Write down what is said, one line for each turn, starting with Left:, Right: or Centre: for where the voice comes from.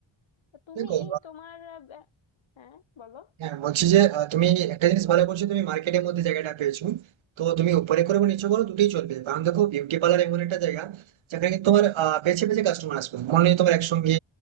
Left: তো তুমি
Right: দেখো
Left: তোমার আহ, ব্য- হ্যাঁ বলো
Right: হ্যাঁ বলছি যে আহ, তুমি একটা জিনিস ভালো করছো তুমি মার্কেটের মধ্যে জায়গাটা পেয়েছো তো তুমি উপরে করে নিচে করো দুটোই চলবে কারণ দেখো বিউটি পার্লার এমন একটা জায়গা যেখানে কিন্তু তোমার আহ, বেছে বেছে কাস্টমার আসবে মনে নেই তোমার একসঙ্গে